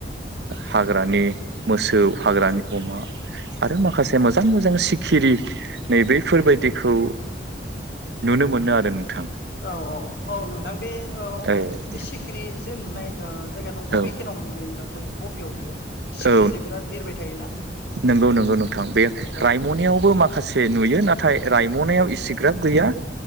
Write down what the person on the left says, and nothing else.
औ औ औ नोंथां बे
बे सिखिरि जे नुनाय जायगा दंबि
खनाव बियो नोंथां बबेयाव बियो सिखिरि
जे बिराद बिरबाय थायोना
औ